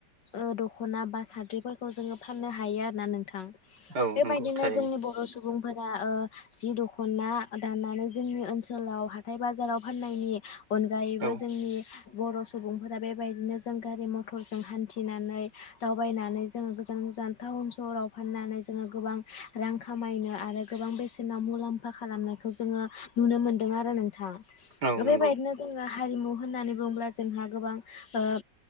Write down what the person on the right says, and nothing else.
औ नंगौ थारैनो
औ
औ नंगौ